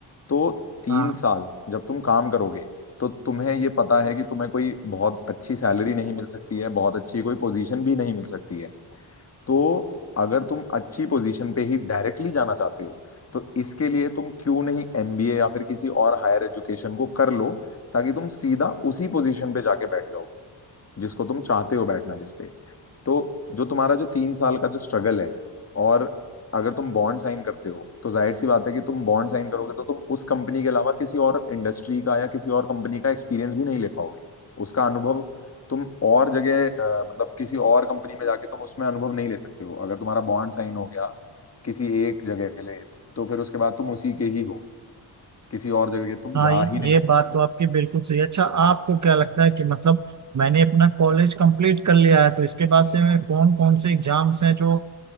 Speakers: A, on the left; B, on the right.
A: तो तीन
B: हाँ
A: साल जब तुम काम करोगे तो तुम्हें ये पता है कि तुम्हें कोई बहुत अच्छी सैलरी नहीं मिल सकती है बहुत अच्छी कोई पोजीशन भी नहीं मिल सकती है तो अगर तुम अच्छी पोजीशन पे ही डायरेक्टली जाना चाहते हो तो इसके लिए तुम क्यों नहीं एमबीए या फिर किसी और हायर एजुकेशन को कर लो ताकि तुम सीधा उसी पोजीशन पे जाके बैठ जाओ जिसको तुम चाहते हो बैठना जिस पे तो जो तुम्हारा जो तीन साल का जो स्ट्रगल है और अगर तुम बॉन्ड साइन करते हो तो जाहिर सी बात है कि तुम बॉन्ड साइन करोगे तो तुम उस कंपनी के अलावा किसी और इंडस्ट्री का या किसी और कंपनी का एक्सपीरियंस भी नहीं ले पाओगे उसका अनुभव तुम और जगह अ, मतलब किसी और कंपनी में जाके तुम उसमें अनुभव नहीं ले सकते हो अगर तुम्हारा बॉन्ड साइन हो गया किसी एक जगह के लिए तो फिर उसके बाद तुम उसी के ही हो किसी और जगह तुम
B: हाँ
A: जा
B: ये
A: ही नहीं
B: ये
A: सकते
B: बात
A: हो
B: तो आपकी बिल्कुल सही है अच्छा आपको क्या लगता है कि मतलब मैंने अपना कॉलेज कंप्लीट कर लिया है तो इसके बाद से मैं कौन कौन से एग्जाम्स हैं जो